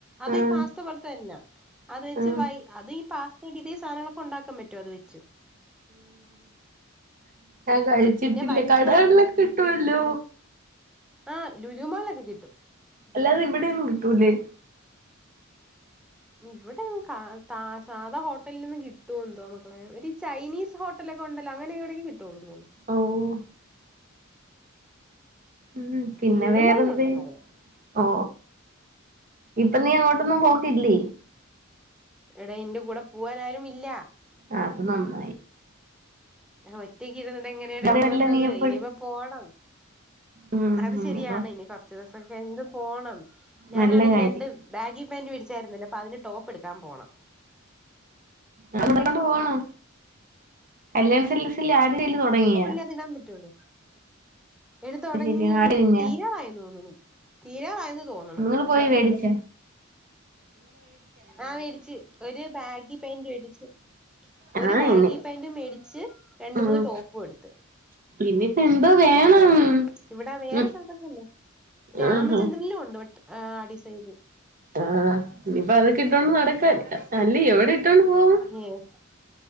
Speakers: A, in the centre; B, on the right.
A: അത്
B: ആഹ്
A: ഈ പാസ്ത പോലത്തന്നെയാ അത് വെച്ച്
B: ആഹ്
A: വൈ അതീ പാസ്തയിട്ടിട്ട് ഈ സധനങ്ങളൊക്കെണ്ടാക്കാൻ പറ്റും അത് വെച്ച്
B: ഇല്ല ഞാൻ കഴിച്ചിട്ടില്ല
A: പിന്നെ വൈറ്റ്
B: കടകൾലൊക്കെ
A: സോസ്
B: കിട്ടുവല്ലോ
A: ആഹ് ലുലു മാളിലൊക്കെ കിട്ടും
B: അല്ലാതെയിവിടെയൊന്നും കിട്ടൂല്ലേ?
A: ഇവിടെയൊന്ന് കാ താ സാദ ഹോട്ടലിലൊന്നു കിട്ടുവൊയെന്തോ മക്കളെ ഒരു ചൈനീസ് ഹോ ട്ടലൊക്കെ ഒണ്ടല്ലോ അങ്ങനെവിടെങ്കി കിട്ടൊള്ളു തോന്നുണ്
B: ഓഹ് ഉം പിന്നെ
A: ലുലുമാളിലുണ്ടെന്നറിയാം
B: വേറെന്ത്? ഓ ഇപ്പൊ നീ അങ്ങോട്ടൊന്നും പോക്കില്ലേ?
A: എട്ടാ ഇന്റെ കൂടെ പോവാനാരുമില്ല
B: ആ അത് നന്നായി
A: ഒറ്റയ്ക്കിരുന്നോണ്ട് എങ്ങനെയാടെ
B: അവിടെയല്ലേ
A: പോവുന്നത്
B: നീ എപ്പോഴും
A: ഇനിയിപ്പ പോണം
B: ഉം
A: അത്
B: ഉം
A: ശരിയാണ്
B: ഇപ്പൊ
A: ഇനി കൊറച്ച് ദിവസൊക്കെ കഴിഞ്ട്ട് പോണം ഞാനാണെങ്കി
B: നല്ല കാര്യം
A: രണ്ട് ബാഗി പാന്റ് വേടിച്ചായിരുന്നല്ലേ? അപ്പ അതിന് ടോപ്പെടുക്കാൻ പോണം
B: വിടെ കൊണ്ട് പോണം കല്യാൺ സിൽക്സിൽ ആടി സെയില് തൊടങ്ങിയോ?
A: അതിടാൻ പറ്റോള്ളു എടീ‌ തെടങ്ങിയടി
B: ശരി ആടെ കഴിഞ്ഞാ
A: തീരാറായന്ന് തോന്നണ് തീരാറായന്ന് തോന്നണ്
B: നിങ്ങള് പോയി മേടിച്ച
A: ആ വേടിച്ച് ഒരു ബാഗി പെന്റ് വേടിച്ച്. ഒരു
B: ആഹ്
A: ബാഗി
B: ഇനി
A: പാന്റും മേടിച്ച് രണ്ട്
B: ഉം
A: മൂന്ന് ടോപ്പും എടുത്ത്.
B: ഇനിയിപ്പോ എന്തോ വേണം
A: അങ്ങനങ്ങനെ ഇവിടെ വേറെ
B: ഉം
A: സൽതൊക്കെല്ലേ രാമചന്ദ്രിലും
B: ആഹ്
A: ഉണ്ട് വട്ട്. ആഹ് ഡിസൈന്.
B: ആഹ് ഇനിയിപ്പോ അതൊക്കെ ഇട്ടോണ്ട് നടക്കാൻ അല്ല എവിടെ ഇട്ടോണ്ട് പോവും
A: ഏഹ്